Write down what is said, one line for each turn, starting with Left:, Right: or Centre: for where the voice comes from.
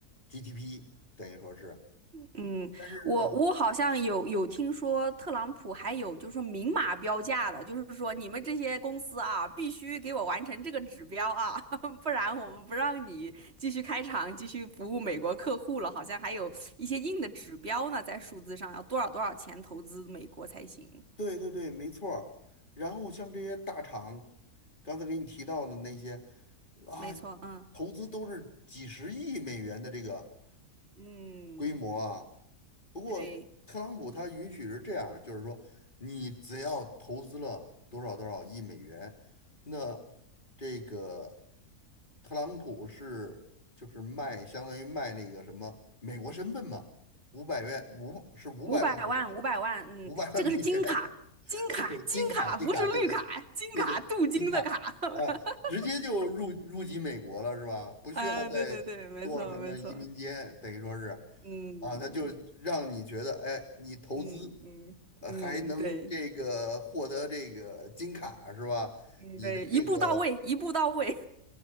Left: GDP，等于说是，
Right: 嗯，
Left: 但是呢，
Right: 我我好像有有听说特朗普还有就是说明码标价的，就是说你们这些公司啊，必须给我完成这个指标啊，<laughs> 不然我们不让你继续开厂，继续服务美国客户了。好像还有一些硬的指标呢，在数字上要多少多少钱投资美国才行。
Left: 对对对，没错儿然后像这些大厂，刚才给你提到的那些啊，
Right: 没错，嗯
Left: 投资都是几十亿美元的这个。
Right: 嗯。
Left: 规模啊。不过特朗普他允许是这样，
Right: 对，
Left: 就是说你只要投资了多少多少亿美元，那这个特朗普是就是卖相当于卖那个什么美国身份嘛，五百元五是五百万美元，
Right: 五百万，五百万，嗯，
Left: 五百万美元，
Right: 这个是金卡，金卡，
Left: <laughs>
Right: 金卡，
Left: 金卡，金卡，
Right: 不是绿卡，
Left: 对对
Right: 金卡，
Left: 对对，
Right: 镀金的卡。
Left: 金卡，
Right: <laughs>
Left: 啊，直接就入入籍美国了是吧？不需要再做什么移民监，
Right: 啊，对对对，没错没错，
Left: 等于说是，
Right: 嗯
Left: 啊，他就让你觉得，哎，你投资，
Right: 嗯嗯嗯，
Left: 呃，还能这个获得这个金卡是吧？
Right: 对，嗯对，
Left: 你的这个
Right: 一步到位，一步到位，